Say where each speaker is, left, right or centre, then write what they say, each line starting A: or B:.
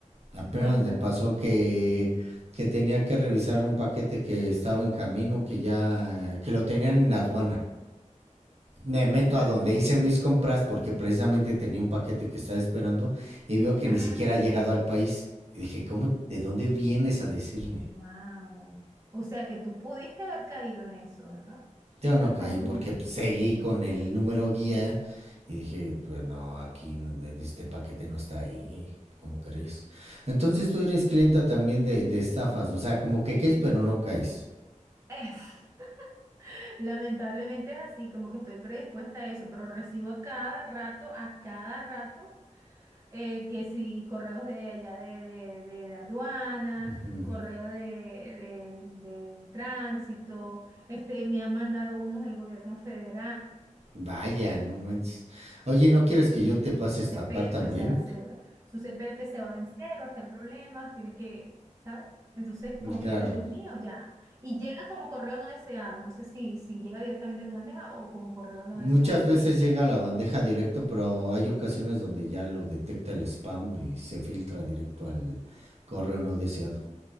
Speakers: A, on the right (about 55°); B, on the right (about 25°).
A: Apenas
B: Cuéntame,
A: me pasó
B: ¿cómo te
A: que,
B: fue?
A: que tenía que revisar un paquete que estaba en camino, que ya, que lo tenían en aduana. Me
B: Exactamente.
A: meto a donde hice mis compras porque precisamente tenía un paquete que estaba esperando y veo que
B: Ah,
A: ni siquiera ha llegado al país. Y dije, ¿cómo, de dónde vienes a decirme?
B: wow. O sea que tú pudiste haber caído en eso, ¿verdad?
A: Yo no caí
B: Fácilmente.
A: porque pues, seguí con el número guía y dije, pues no, aquí n- este paquete no está ahí, ¿cómo crees? Entonces tú eres clienta también de, de estafas, o sea, como que caes pero no caes.
B: Es- <laughs> lamentablemente es así, como que estoy predispuesta a eso, pero recibo a cada rato, a cada rato. eh, que si correos de allá de, de, de aduana,
A: Ujú.
B: correo de, de- de tránsito, este, me han mandado unos del gobierno federal,
A: Vaya, no manches. Oye, ¿no quieres que yo te pase
B: su
A: a estafar
B: CPF,
A: también?
B: o sea, la cédula. Su CPF se va en cero, está en problemas, tiene que, ¿sabes? Entonces,
A: Mm,
B: como
A: Claro.
B: que estoy, Dios mío, ya. Y llega como correo no deseado, no sé si, si llega directamente a tu bandeja o como correo no
A: Muchas
B: deseado.
A: veces llega a la bandeja directo, pero hay ocasiones donde ya lo detecta el spam y se filtra directo al correo no deseado.